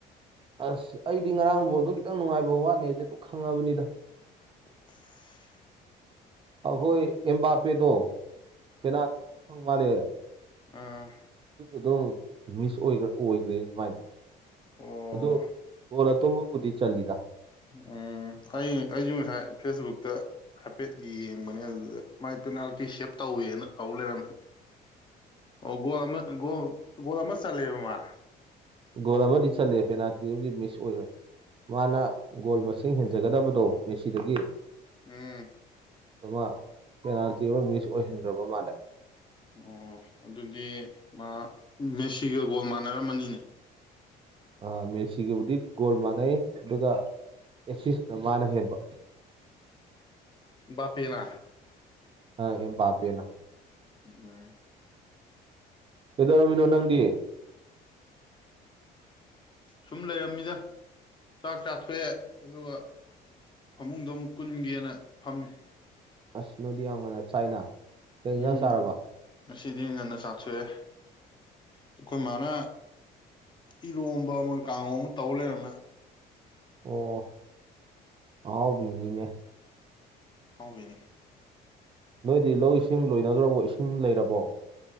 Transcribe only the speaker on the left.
<unintelligible>
ꯎꯝ
ꯑꯣ
ꯎꯝ ꯑꯩ ꯑꯩꯖꯨ ꯉꯁꯥꯏ ꯐꯦꯁꯕꯨꯛꯇ ꯍꯥꯏꯐꯦꯠ ꯌꯦꯡꯕꯅꯦ ꯑꯗꯨꯗ ꯃꯥꯏ ꯄꯦꯅꯥꯜꯇꯤ ꯁꯦꯞ ꯇꯧꯋꯦꯅ ꯇꯧ ꯂꯩꯔꯝ ꯑꯣ ꯒꯣꯜ ꯑꯃ ꯒꯣ ꯒꯣꯜ ꯑꯃ ꯆꯜꯂꯦꯕ ꯃꯥ
ꯎꯝ
ꯑꯣ ꯑꯗꯨꯗꯤ ꯃꯥ ꯃꯦꯁꯤꯒ ꯒꯣꯜ ꯃꯥꯟꯅꯔꯝꯃꯅꯤꯅꯦ
ꯕꯥꯄꯦꯅ
ꯎꯝ
ꯁꯨꯝ ꯂꯩꯔꯝꯃꯤꯗ ꯆꯥꯛ ꯆꯥꯊꯣꯛꯑꯦ ꯑꯗꯨꯒ ꯐꯃꯨꯡꯗꯣ ꯑꯃꯨꯛ ꯀꯨꯟꯒꯦꯅ ꯐꯝꯃꯤ
ꯎꯝ
ꯉꯁꯤꯗꯤ ꯉꯟꯅ ꯆꯥꯊꯣꯛꯑꯦ ꯑꯩꯈꯣꯏ ꯃꯥꯅ ꯏꯔꯣꯝꯕ ꯑꯃ ꯀꯥꯡꯍꯧ ꯑꯃ ꯇꯧ ꯂꯩꯔꯝꯃꯦ
ꯍꯥꯎꯕꯤꯅꯤ